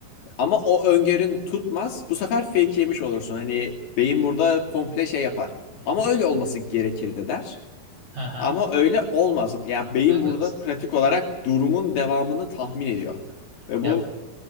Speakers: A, on the left; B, on the right.
A: Ama o öngörün tutmaz. Bu sefer fake yemiş olursun. Hani beyin burada komple şey yapar.
B: Hı hı.
A: Ama öyle olması gerekirdi der.
B: Hı hı.
A: Ama öyle olmaz. Yani beyin
B: Evet.
A: burada pratik olarak durumun devamını tahmin ediyor. Ve
B: Ya
A: bu